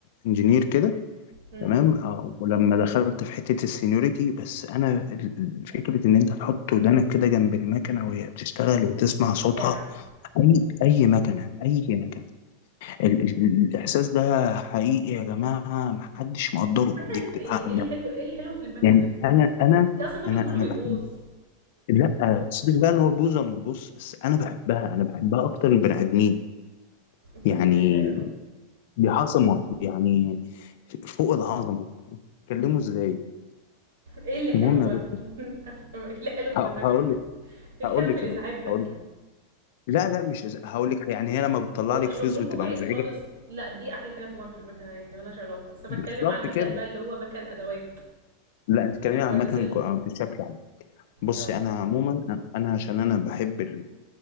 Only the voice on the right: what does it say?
امم
يا
مكنه
ايه ايه اللي حلو ايه اللي حلو في المكنه
هي اصلا المكن
كله بيبوظ
يا
حول الله يا رب
ايه اللي حلو
بقى
<laughs> افهم ايه اللي حلو في
المكن
ايه
اللي
حلو
في الازعاج
ده
هو
شغلكم
بعيد
خالص لا دي احلى حاجه طبعا في المكنه يعني مالهاش علاقه بس انا
بتكلم على المكن
بقى اللي هو مكن ادوات
اللي
هو الناس
اللي
اه